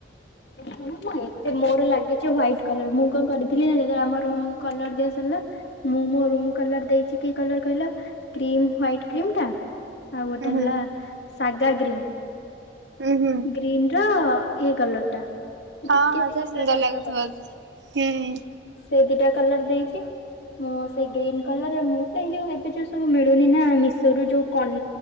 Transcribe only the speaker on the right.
ହୁଁ ହୁଁ
ହୁଁ ହୁଁ।
ହଁ
ହଁ
ସେ ସୁନ୍ଦର
ଲାଗୁଥିବ ହୁଁ ହୁଁ।